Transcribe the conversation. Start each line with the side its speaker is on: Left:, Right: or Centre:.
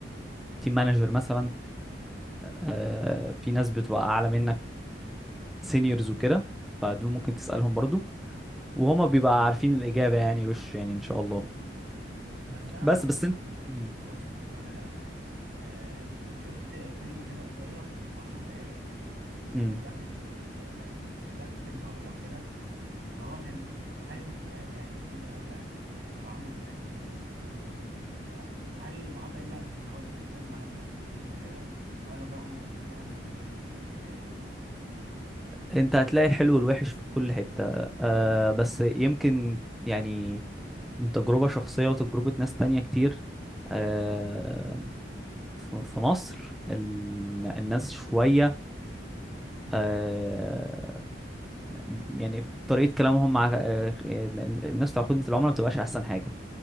Centre: تيم مانجر مثلا آه، في ناس بتبقى أعلى منك سينيورز وكده فدول ممكن تسألهم برضو وهما بيبقى عارفين الإجابة يعني وش يعني إن شاء الله
Right: بس انا
Centre: بس
Right: بسمع
Centre: بس انت
Right: يعني
Centre: مم.
Right: بص هقول لك على حاجه آه شفت فيلم كده قصير 10 دقايق لواحد
Centre: مم.
Right: بي يعني شغال في خدمه عملاء وكده فهو كان في حاله اكتئاب يعني شديده قوي عشان معامله الناس ليه في الكولز وكده فهل المعامله دي عشان هو كان بيتكلم مع ناس مصريين وكده ولا برضه انت في كلاينتس اجانب بيضايقوك مثلا
Centre: انت هتلاقي الحلو والوحش في كل حتة آه بس يمكن يعني من تجربة شخصية وتجربة ناس تانية كتير آه ف- في مصر ال- الناس شوية آه، م- يعني طريقة كلامهم مع آه، الناس بتاع خدمة العملاء ما بتبقاش أحسن حاجة